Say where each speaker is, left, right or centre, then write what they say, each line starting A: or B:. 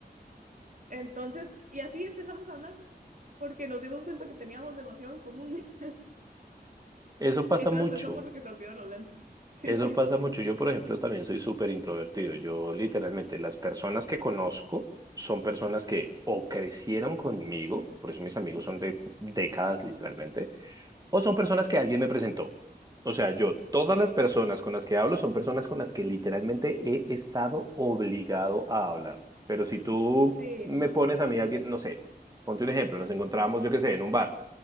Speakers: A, on the right; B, on the right.
A: Entonces, y así empezamos a hablar, porque nos dimos cuenta que teníamos demasiado en común. <laughs>
B: Eso pasa
A: Y todo
B: mucho,
A: empezó porque se olvidó los lentes. <laughs> Sí,
B: eso pasa mucho. Yo, por ejemplo, también soy súper introvertido. Yo literalmente las personas que conozco son personas que o crecieron conmigo, por eso mis amigos son de décadas literalmente o son personas que alguien me presentó. O sea, yo, todas
A: sí,
B: las personas con las que hablo son personas con las que literalmente he estado obligado a hablar. Pero si tú
A: sí,
B: me pones a mí alguien, no sé, ponte un ejemplo, nos encontramos, yo qué sé, en un bar